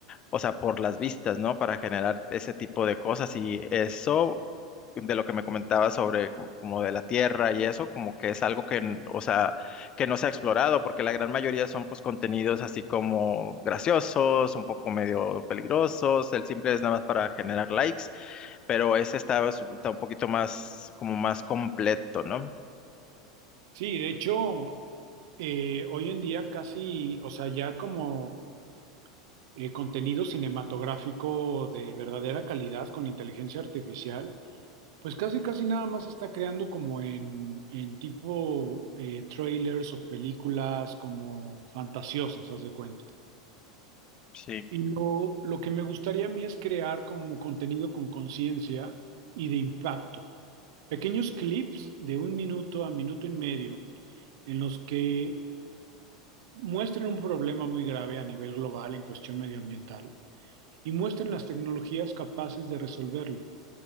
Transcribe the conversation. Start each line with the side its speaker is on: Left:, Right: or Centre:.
Left: o sea, por las vistas, ¿no? Para generar ese tipo de cosas y eso de lo que me comentaba sobre como como de la Tierra y eso, como que es algo que, n- o sea, que no se ha explorado, porque la gran mayoría son pues contenidos así como graciosos, un poco medio peligrosos, el simple es nada más para generar likes, pero ese está, pues, está un poquito más, como más completo, ¿no?
Right: Sí, de hecho, eh, hoy en día casi, o sea, ya como eh, contenido cinematográfico de verdadera calidad con inteligencia artificial, pues casi, casi nada más se está creando como en, en tipo eh, trailers o películas como fantasiosas, haz de cuenta.
Left: Sí.
Right: Y lo, lo que me gustaría a mí es crear como contenido con conciencia y de impacto. Pequeños clips de un minuto a minuto y medio en los que muestren un problema muy grave a nivel global en cuestión medioambiental y muestren las tecnologías capaces de resolverlo